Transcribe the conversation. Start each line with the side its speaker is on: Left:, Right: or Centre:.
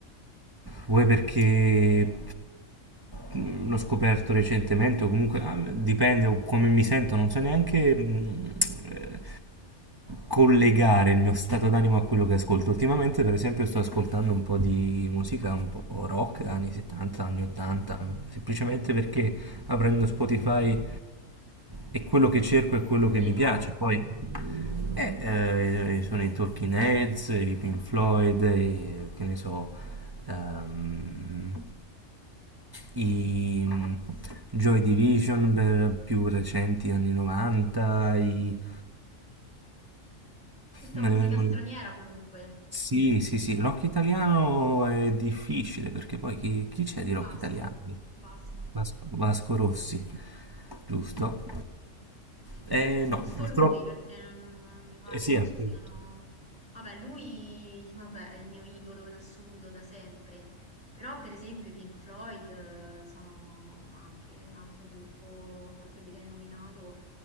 Right: Vuoi perché mh, l'ho scoperto recentemente o comunque ah, dipende o come mi sento, non so neanche mh, eh, collegare il mio stato d'animo a quello che ascolto. Ultimamente, per esempio, sto ascoltando un po' di musica un po' rock, anni 70, anni 80, semplicemente perché aprendo Spotify è quello che cerco, è quello
Left: tipo?
Right: che mi piace. Poi eh, eh, sono i Talking Heads, i Pink Floyd, i- che ne so, ehm, i mm, Joy Division per più recenti anni 90, i...
Left: Tutta
Right: Me
Left: musica
Right: ne vengono...
Left: straniera comunque.
Right: Sì, sì, sì, rock italiano è difficile perché poi chi, chi c'è di
Left: Vasco,
Right: rock italiano?
Left: Vasco.
Right: Vasco, Vasco Rossi, giusto? Eh
Left: È giusto
Right: no, purtroppo.
Left: lui perché non, non mi pare
Right: Eh sì,
Left: che
Right: appunto.
Left: ci siano... Vabbè, lui, vabbè, è il mio idolo in assoluto da sempre. Però, per esempio, i Pink Floyd eh, sono anche un altro gruppo tra quelli che hai nominato